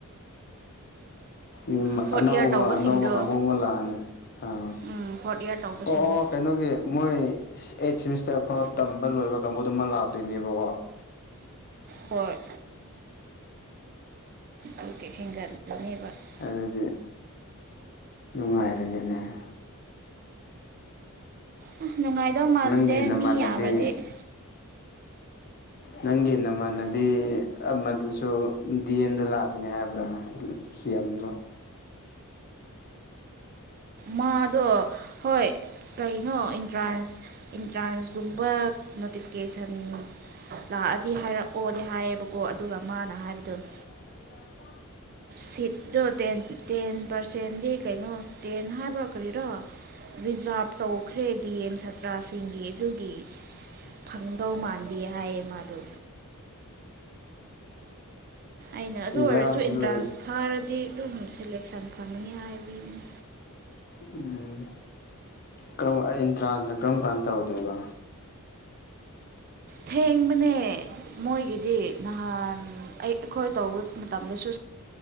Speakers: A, on the left (about 45°); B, on the right (about 40°).
A: ꯎꯝ
B: ꯐꯣꯔꯠ
A: ꯑꯅꯧꯕ
B: ꯏꯌꯥꯔ ꯇꯧꯕꯁꯤꯡꯗꯣ
A: ꯑꯅꯧꯕ ꯀꯥꯡꯕꯨ ꯑꯃ ꯂꯥꯛꯑꯅꯤ ꯑꯥ
B: ꯎꯝ ꯐꯣꯔꯠ ꯏꯌꯥꯔ ꯇꯧꯕꯁꯤꯡꯗꯣ
A: ꯑꯣ ꯀꯩꯅꯣꯒꯤ ꯃꯣꯏ ꯑꯩꯠ ꯁꯦꯃꯤꯁꯇꯔ ꯐꯥꯎ ꯇꯝꯕ ꯂꯣꯏꯕ ꯀꯥꯡꯕꯨꯗꯨ ꯑꯃꯨꯛ ꯂꯥꯛꯇꯣꯏꯅꯦꯕꯀꯣ ꯫
B: ꯍꯣꯏ ꯑꯗꯨꯒꯤ ꯍꯦꯡꯒꯠꯂꯛꯀꯅ‌ꯦꯕ ꯫
A: ꯑꯗꯨꯗꯤ ꯅꯨꯡꯉꯥꯏꯔꯅꯤꯅꯦ ꯫
B: ꯑꯝ ꯅꯨꯡꯉꯥꯏꯗꯧ ꯃꯥꯟꯗꯦ
A: ꯅꯪꯒꯤ ꯅꯃꯥꯟꯅꯕꯤ
B: ꯃꯤ ꯌꯥꯝꯒ꯭ꯔꯗꯤ ꯫
A: ꯅꯪꯒꯤ ꯅꯃꯥꯟꯅꯕꯤ ꯑꯃꯗꯨꯁꯨ ꯗꯤ ꯑꯦꯝꯗ ꯂꯥꯛꯀꯅꯤ ꯍꯥꯏꯕ꯭ꯔꯥ ꯊꯤꯌꯥꯝꯗ‌ꯣ <unintelligible>
B: ꯃꯥꯗꯣ ꯍꯣꯏ ꯀꯩꯅꯣ ꯑꯦꯟꯇ꯭ꯔꯥꯟꯁ ꯑꯦꯟꯇ꯭ꯔꯥꯟꯁꯒꯨꯝꯕ ꯅꯣꯇꯤꯐꯤꯀꯦꯁꯟ ꯂꯥꯛꯑꯗꯤ ꯍꯥꯏꯔꯛꯑꯣꯗꯤ ꯍꯥꯏꯌꯦꯕꯀꯣ ꯑꯗꯨꯒ ꯃꯥꯅ ꯍꯥꯏꯕꯗꯣ ꯫
A: <inaudible>
B: ꯁꯤꯠꯇꯣ ꯇ‌ꯦꯟ ꯇꯦꯟ ꯄꯥꯔꯁꯦꯟꯗꯤ ꯀꯩꯅꯣ ꯇꯦꯟ ꯍꯥꯏꯕ꯭ꯔ ꯀꯔꯤꯔ ꯔꯤꯖꯥꯞ ꯇꯧꯈ꯭ꯔꯦ ꯗꯤ ꯑꯦꯝ ꯁꯥꯇ꯭ꯔꯥꯁꯤꯡꯒꯤ ꯑꯗꯨꯒꯤ ꯫ ꯐꯪꯗꯧ ꯃꯥꯟꯗꯦ ꯍꯥꯏꯌꯦ ꯃꯥꯗꯨ ꯑꯩꯅ ꯑꯗꯨ ꯑꯣꯏꯔꯁꯨ
A: ꯏꯔꯥꯡꯁꯨ
B: ꯑꯦꯟꯇ꯭ꯔꯥꯟꯁ
A: ꯂꯩ
B: ꯊꯥꯔꯗꯤ ꯑꯗꯨꯝ ꯁꯦꯂꯦꯛꯁꯟ ꯐꯪꯒꯅꯤ ꯍꯥꯏꯕꯤꯕꯅꯤ
A: ꯎꯝ ꯀꯔꯝ ꯑꯦꯟꯇ꯭ꯔꯥꯟꯁꯅ ꯀꯔꯝ ꯀꯥꯟꯗ ꯇꯧꯗꯣꯏꯕ
B: ꯊꯦꯡꯕꯅꯦ ꯃꯣꯏꯒꯤꯗꯤ ꯅꯍꯥꯟ ꯑꯩ ꯑꯩꯈꯣꯏ ꯇꯧꯕ ꯃꯇꯝꯗꯁꯨ